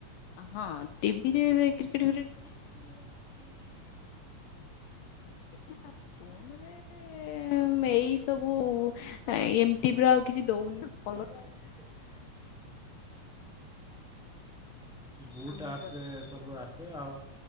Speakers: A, on the left; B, in the centre.
A: ହଁ ଟିଭିରେ ଏ କ୍ରିକେଟ ଫ୍ରିକେଟ।
B: ଟିଭି ରେ ଉ ଏ କ୍ରିକେଟ ଫ୍ରିକେଟ।
A: <unintelligible> ଫୋନ ରେ ଏଇସ ସବୁ ଏମିତି ପରା ଆଉ କିଛି ଦଉନି ନା କଲ।
B: ନୁଆ ଆଉ କିଛି ଦଉନି। ବୁଟ୍
A: ଆମ
B: ଆପସ
A: ଏପଟେ।
B: ରେ ସବୁ ଆସେ ଆଉ।